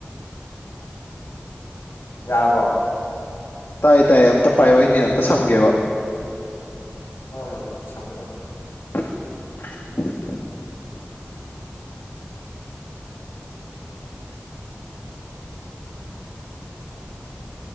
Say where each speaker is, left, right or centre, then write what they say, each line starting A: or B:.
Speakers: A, on the left; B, on the left.
A: ꯌꯥꯔꯕꯣ
B: ꯇꯥꯏ ꯇꯥꯏ ꯑꯝꯇ ꯄꯥꯏꯌꯣ ꯑꯩꯅꯦꯠ ꯑꯝꯇ ꯁꯝꯒꯦꯕ
A: ꯍꯣꯏ ꯍꯣꯏ ꯍꯣꯏ ꯁꯝꯃꯣ ꯁꯝꯃꯣ
B: <unintelligible>